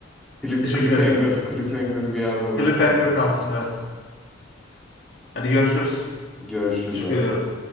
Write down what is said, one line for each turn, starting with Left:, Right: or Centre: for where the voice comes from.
Centre: Cliff,
Left: Teşekkür
Centre: cliffhanger,
Left: ediyorum.
Centre: cliffhanger'ı bir yerde bırakalım
Left: Cliffhanger
Centre: abi.
Left: kalsın evet. Hadi görüşürüz.
Centre: Görüşürüz
Left: Teşekkür
Centre: abi.
Left: ediyorum.